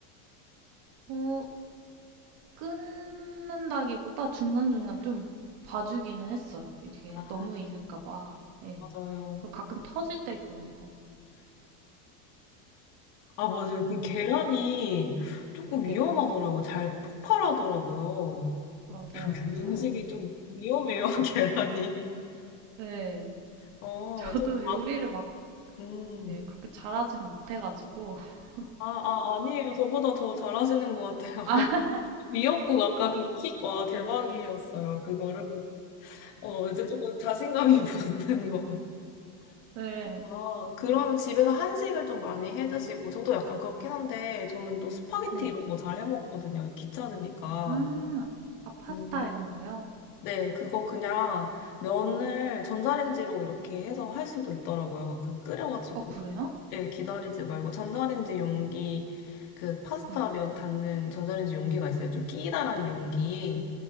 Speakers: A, on the right; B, on the left.
A: 어, 끊는다기보다 중간중간 좀 봐주기는 했어요. 이게
B: 아,
A: 너무 익을까 봐. 네.
B: 맞아요.
A: 그리고 가끔 터질 때 있거든요.
B: 아, 맞아요. 그 계란이 조금 위험하더라고요.
A: 네.
B: 잘 폭발하더라고요.
A: 맞아요,
B: <laughs> 음식이
A: 맞아요.
B: 좀 위험해요, <laughs> 계란이.
A: 네. <laughs>
B: 어,
A: 저도
B: 좀 과,
A: 요리를 막
B: 음.
A: 네, 그렇게 잘하지는 못해가지고. <laughs>
B: 아, 아, 아니에요. 저보다 더 잘하시는 것 같아요. <laughs>
A: 아,
B: 미역국 아까 그 킥, 와, 대박이었어요. 그거를. 어, 이제 조금 자신감이 <laughs> 붙는 것 같아요.
A: 네.
B: 아, 그러면 집에서 한식을 좀 많이 해 드시고, 저도 약간 그렇긴 한데, 저는 또 스파게티
A: 네.
B: 이런 거 잘 해 먹거든요. 귀찮으니까.
A: 아, 아, 파스타
B: 음.
A: 이런 거요?
B: 네, 그거 그냥 면을 전자레인지로 이렇게 해서 할 수도 있더라고요. 그 끓여가지고,
A: 어, 그래요?
B: 예, 기다리지 말고, 전자레인지 용기, 그 파스타
A: 네.
B: 면 닿는 전자레인지 용기가 있어요. 좀 끼다란 용기.